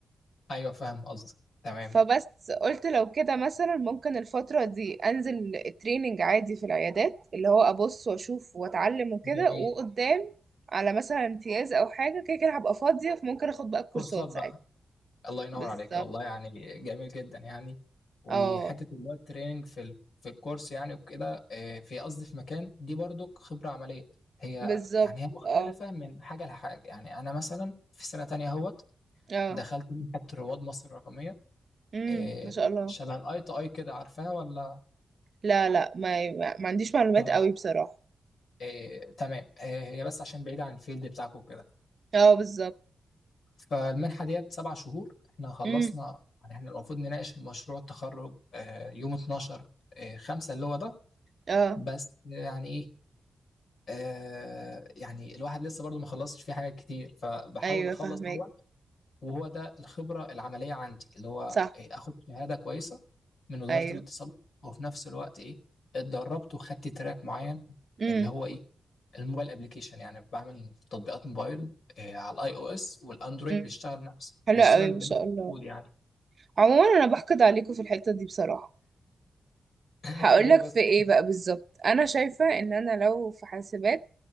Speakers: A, on the left; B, on the right.
A: ايوه فاهم قصدك تمام
B: فبس قلت لو كده مثلا ممكن الفترة دي انزل تريننج عادي في العيادات اللي هو ابص واشوف واتعلم وكده
A: جميل
B: وقدام على مثلا امتياز او حاجة كده كده هبقى فاضية فممكن اخد بقى الكورسات
A: كورسات بقى
B: ساعتها
A: الله ينور
B: بالظبط
A: عليك والله يعني جميل جدا يعني وحته
B: اه
A: اللي هو التريننج في ال... في الكورس يعني وكده آه، في قصدي في مكان دي برضو خبره عمليه هي
B: بالظبط
A: يعني هي مختلفه
B: اه
A: من حاجه لحاجه يعني انا مثلا في سنه تانية اهوت
B: اه
A: دخلت منحه رواد مصر الرقميه
B: امم
A: آه،
B: ما شاء الله
A: شبه الاي تو اي كده عارفاها ولا
B: لا لا ما, ما ما عنديش معلومات
A: تمام
B: قوي بصراحة
A: آه، تمام آه، هي بس عشان بعيده عن الفيلد بتاعكم كده
B: اه بالظبط
A: فالمنحة ديت سبع شهور احنا خلصنا
B: امم
A: يعني احنا المفروض نناقش المشروع التخرج آه، يوم 12 آه، خمسة اللي هو ده
B: اه
A: بس يعني ايه آه، يعني الواحد لسه برضو ما خلصش فيه حاجات كتير فبحاول
B: ايوه
A: اخلص
B: فاهمك
A: هو وهو ده الخبرة العملية عندي اللي هو
B: صح
A: إيه، اخد شهادة كويسة من وزارة
B: ايوه
A: الاتصالات وفي نفس الوقت ايه اتدربت وخدت تراك معين
B: امم
A: اللي هو ايه الموبايل ابلكيشن يعني بعمل تطبيقات موبايل إيه، على الاي او اس والاندرويد
B: امم
A: بيشتغل نفس
B: حلو
A: بيشتغل
B: قوي
A: بنفس
B: ما شاء الله
A: الكود يعني
B: عموما انا بحقد عليكم في الحتة دي بصراحة
A: <laughs>
B: هقولك
A: ليه بس
B: في ايه بقى بالظبط انا شايفة ان انا لو في حاسبات